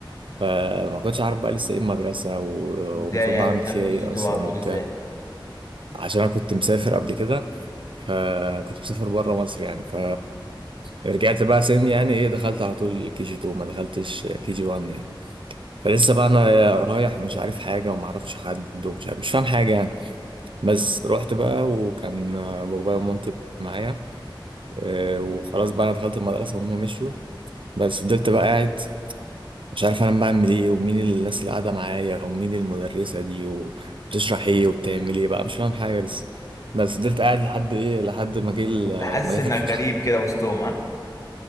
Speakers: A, on the right; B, on the left.
A: فما كنتش عارف بقى لسه ايه المدرسه و-
B: ازاي
A: ومفروض
B: يعني
A: بعمل
B: دخلت
A: فيها
B: كيجي
A: ايه
B: 2
A: اصلا
B: على طول
A: وبتاع
B: ازاي
A: عشان انا كنت مسافر قبل كده فكنت مسافر بره مصر يعني ف رجعت بقى سن يعني ايه دخلت على طول كي جي 2 ما دخلتش كي جي 1 يعني فلسه بقى انا رايح مش عارف حاجه وما اعرفش حد ومش عارف مش فاهم حاجه يعني بس رحت بقى وكان بابايا ومامتي معايا آه، وخلاص بقى انا دخلت المدرسه وهم مشيوا بس فضلت بقى قاعد مش عارف انا بعمل ايه ومين الناس اللي قاعده معايا ومين المدرسه دي وبتشرح ايه وبتعمل ايه بقى مش فاهم حاجه لسه بس فضلت قاعد لحد ايه لحد ما جه ال-
B: كنت حاسس
A: ما جت
B: انك
A: الفسحه
B: غريب كده وسطهم ها